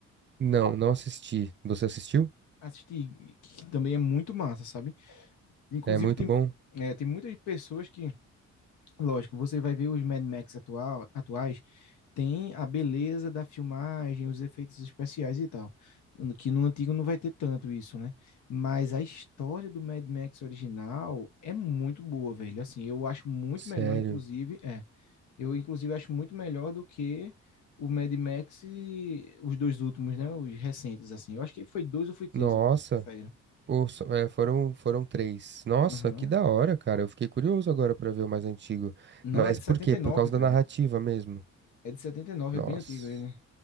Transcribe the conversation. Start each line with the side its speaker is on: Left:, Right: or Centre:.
Right: Não, não assisti. Você assistiu?
Left: Assisti, que também é muito massa, sabe? Inclusive,
Right: É muito
Left: tem,
Right: bom?
Left: é, tem muitas pessoas que, lógico, você vai ver os Mad Max atual, atuais, tem a beleza da filmagem, os efeitos especiais e tal. no- Que no antigo não vai ter tanto isso, né? Mas a história do Mad Max original é muito boa, velho. Assim, eu acho muito
Right: Sério.
Left: melhor, inclusive. É, eu, inclusive, acho muito melhor do que o Mad Max e os dois últimos, né? Os recentes, assim. Eu acho que foi dois ou foi três
Right: Nossa.
Left: os que saíram.
Right: Pô, só- é, foram, foram três. Nossa,
Left: Aham.
Right: que da hora, cara. Eu fiquei curioso agora pra ver o mais antigo.
Left: Não,
Right: Mas
Left: é de
Right: por
Left: setenta
Right: quê?
Left: e
Right: Por
Left: nove
Right: causa
Left: velho.
Right: da narrativa mesmo.
Left: É de 79,
Right: Nossa,
Left: é bem antigo ele.